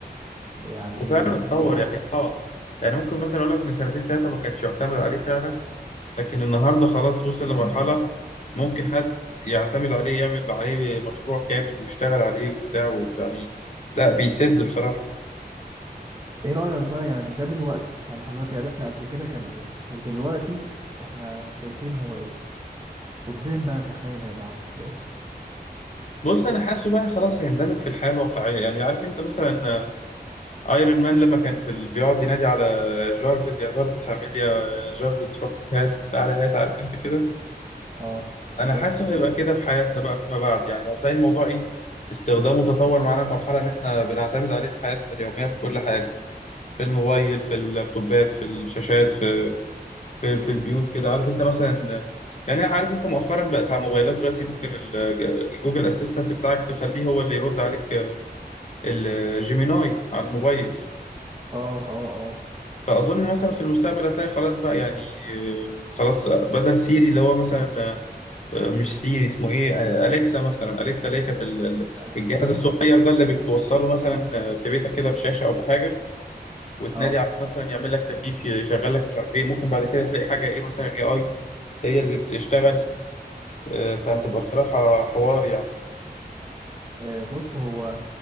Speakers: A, on the right; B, on the left.
A: ويعني
B: وفعلا اتطور
A: الموضوع
B: يعني اه يعني ممكن مثلا اقول لك من سنتين ثلاثه ما كانش يعتمد عليه فعلا لكن النهارده خلاص وصل لمرحله ممكن حد يعتمد عليه يعمل عليه مشروع كامل ويشتغل عليه وبتاع يعني لا بيسد بصراحه
A: ايه رأيك بقى يعني ده دلوقتي يعني احنا دلوقتي عرفنا قبل كده كان ايه ودلوقتي احنا شايفين هو ايه قدام بقى تخيل هيبقى عامل ازاي
B: بص انا حاسه بقى خلاص هيندمج في الحياه الواقعيه يعني عارف انت مثلا ايرون مان لما كان في ال... بيقعد ينادي على جارفيس يا جارفيس اعمل لي، يا جارفيس روح هات تعالى هات عارف انت كده
A: اه
B: انا
A: بالظبط
B: حاسه هيبقى كده في حياتنا بقى فيما بعد يعني هتلاقي الموضوع ايه استخدامه تطور معانا المرحله ان احنا بنعتمد عليه في حياتنا اليوميه في كل حاجه في الموبايل في اللابتوبات في الشاشات في في في البيوت كده عارف انت مثلا يعني أنا عارف انت مؤخرا بقت على الموبايلات دلوقتي ممكن ال- الجوجل اسيستنت بتاعك تخليه هو اللي يرد عليك الجيميناي على الموبايل
A: اه اه اه
B: فأظن مثلا في المستقبل هتلاقي خلاص بقى يعني آه، خلاص بدل سيري اللي هو مثلا آه، آه، مش سيري اسمه ايه آه، أليكسا مثلا أليكسا اللي هي كانت ال- ال-
A: أليكسا
B: الجهاز الصغير ده اللي بتوصله
A: أليكسا
B: مثلا آه، في بيتك كده بشاشة أو بحاجة وتنادي
A: اه
B: عليه مثلا يعمل لك تكييف يشغل لك مش عارف ايه ممكن بعد كده تلاقي حاجة ايه مثلا اي اي هي اللي بتشتغل آه، فهتبقى
A: اه
B: بصراحة حوار يعني
A: آه، بص هو